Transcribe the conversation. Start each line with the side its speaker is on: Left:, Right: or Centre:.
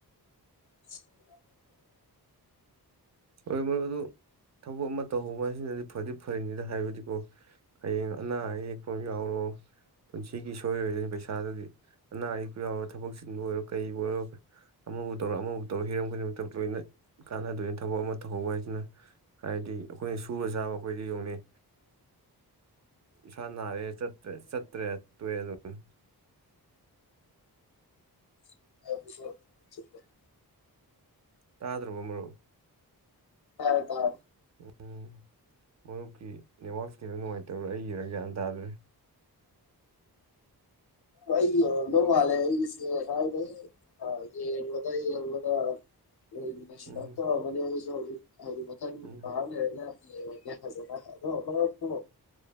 Left: <unintelligible>
Right: ꯍꯣꯏ ꯃꯔꯨꯞ ꯑꯗꯨ ꯊꯕꯛ ꯑꯃ ꯇꯧꯍꯧꯕ ꯍꯥꯏꯁꯤꯅꯗꯤ ꯐꯗꯤ ꯐꯔꯤꯅꯤꯗ ꯍꯥꯏꯕꯗꯤꯀꯣ ꯍꯌꯦꯡ ꯑꯅꯥ ꯑꯌꯦꯛꯄ ꯑꯃ ꯌꯥꯎꯔꯣ ꯄꯨꯟꯁꯤꯒꯤ ꯁꯣꯏꯔꯣꯏꯗꯣꯏꯅꯤ ꯄꯩꯁꯥꯗꯨꯗꯤ ꯑꯅꯥ ꯑꯌꯦꯛ ꯌꯥꯎꯔꯣ ꯊꯕꯛ ꯆꯤꯟꯕꯨ ꯑꯣꯏꯔꯣ ꯀꯔꯤꯕꯨ ꯑꯣꯏꯔꯣ ꯑꯃꯕꯨ ꯇꯧꯔꯣ ꯑꯃꯕꯨ ꯇꯧꯔ ꯍꯤꯔꯝ ꯈꯨꯗꯤꯡꯃꯛꯇ ꯂꯣꯏꯅ ꯀꯥꯟꯅꯗꯣꯏꯅꯤ ꯊꯕꯛ ꯑꯃ ꯇꯧꯍꯧꯕ ꯍꯥꯏꯁꯤꯅ ꯍꯥꯏꯗꯤ ꯑꯩꯈꯣꯏꯅ ꯁꯨꯔ ꯆꯥꯕ ꯑꯩꯈꯣꯏꯗꯤ ꯌ‌ꯦꯡꯉꯨꯅ‌ꯦ ꯏꯁꯥ ꯅꯥꯔꯦ ꯆꯠꯇ꯭ꯔꯦ ꯆꯠꯇ꯭ꯔ‌ꯦ ꯇꫭꯛꯑ‌ꯦ ꯑꯗꯨꯝ
Left: <unintelligible>
Right: ꯇꯥꯗ꯭ꯔꯕ ꫭꯃꯔꯨꯞ
Left: ꯇꯔ‌ꯦ ꯇꯔ‌ꯦ
Right: ꯎꯝ ꯃꯔꯨꯞꯀꯤ ꯅꯦꯠꯋꯥꯛꯁꯤ ꯈꯤꯇꯪ ꯅꯨꯡꯉꯥꯏꯇꯕꯔꯥ ꯑꯩꯒꯤꯔ ꯒ꯭ꯌꯥꯟ ꯇꯥꯗ꯭ꯔꯦ
Left: ꯑꯩꯒꯤ ꯑꫭꯏꯔꯝꯗꯧ ꯃꯥꯂꯦ ꯑꯩꯒꯤꯁ‌ꯦ ꯉꯁꯥꯏꯗꯩ ꯑꯥ ꯌ‌ꯦꯡꯕꯗ ꯌ‌ꯦꯡꯕꯗ꯫ <unintelligible> ꯁꯔꯠꯇ
Right: ꯎꯝ
Left: <unintelligible> ꯑꯩꯁꯨ‌ ꯍꯧꯖꯤꯛ ꯃꯊꯪ ꯃꯊ
Right: ꯎꯝ
Left: ꯥꯑꯃ ꯂꯩꯔꯒ ꯌ‌ꯦꯡꯉꯒ‌ꯦ ꯐꯖꯅ ꯑꯗꯣ ꯃꯔꯞꯄꯨ